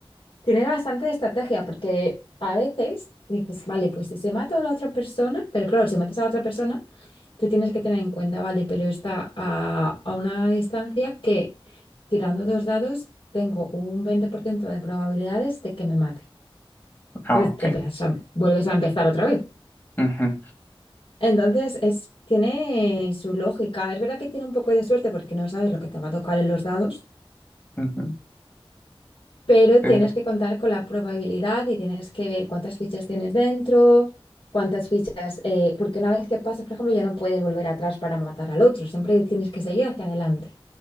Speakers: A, on the left (about 60°); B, on the left (about 25°).
A: tiene bastante estrategia, porque a veces dices, vale, pues si se mata a la otra persona, pero claro, si matas a la otra persona que tienes que tener en cuenta, vale, pero está a, a una distancia que tirando dos dados tengo un 20% de probabilidades de que me mate.
B: Ah,
A: Entonces
B: ok.
A: te empiezas a- vuelves a empezar otra vez.
B: ujú.
A: Entonces es, tiene su lógica. Es verdad que tiene un poco de suerte porque no sabes lo que te va a tocar en los dados,
B: Ujú,
A: pero
B: Pero,
A: tienes que contar con la probabilidad y tienes que ver cuántas fichas tienes dentro. cuántas fichas, eh, porque una vez que pasas, por ejemplo, ya no puedes volver atrás para matar al otro, siempre tienes que seguir hacia adelante.